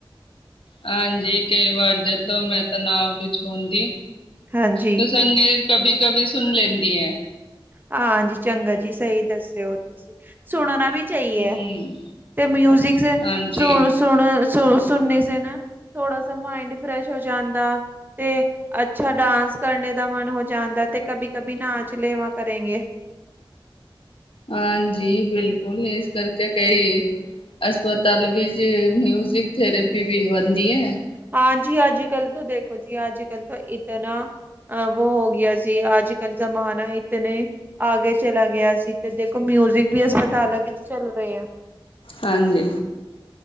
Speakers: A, on the left; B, on the right.
A: ਹਾਂਜੀ ਕਈ ਵਾਰ ਜਦੋਂ ਮੈਂ ਤਣਾਵ ਵਿੱਚ ਹੁੰਦੀ
B: ਹਾਂਜੀ
A: ਤ ਸੰਗੀ ਕਬੀ, ਕਬੀ ਸੁਣ ਲੈਂਦੀ ਹੈ।
B: ਹਾਂਜੀ ਚੰਗਾ ਜੀ ਸਹੀ ਦੱਸਿਓ ਤੁਸੀਂ। ਸੁਣਨਾ ਵੀ ਚਾਹੀਏ
A: ਹਮ
B: ਤੇ ਮਿਊਜਿਕ
A: ਹਾਂਜੀ
B: ਸੁ ਸੁਣ ਸੁਣਨੇ ਸ ਨਾ ਥੋੜਾ ਸ ਮਾਇੰਡ ਫਰੈਸ਼ ਹੋ ਜਾਂਦਾ। ਤੇ ਅੱਛਾ ਡਾਂਸ ਕਰਨੇ ਦਾ ਮਨ ਹੋ ਜਾਂਦਾ ਤੇ ਕਭੀ ਕਭੀ ਨਾ ਚਲੇਵਾਂ ਕਰੇਗੇ।
A: ਹਾਂਜੀ ਬਿਲਕੁਲ ਇਸ ਕਰਕੇ ਕਈ ਹਸਪਤਾਲ ਵਿੱਚ ਮਿਊਜਿਕ ਥੇਰੇਪੀ ਵੀ ਬਣਦੀ ਹੈ।
B: ਹਾਂਜੀ ਅੱਜ ਕੱਲ੍ਹ ਤੋਂ ਦੇਖੋ ਜੀ ਅੱਜ ਕੱਲ ਤਾਂ ਇਤਨਾ ਆਹੋ ਹੋ ਗਿਆ ਸੀ ਅੱਜ ਕੱਲ ਜ਼ਮਾਨਾ ਇਤ ਨੇ ਆਗੇ ਚਲਾ ਗਿਆ ਸੀ ਤੇ ਦੇਖੋ ਮਿਊਜਿਕ ਵੀ ਹਸਪਤਾਲਾਂ ਵਿੱਚ ਚੱਲ ਰਹੇ ਆ।
A: ਹਾਂਜੀ।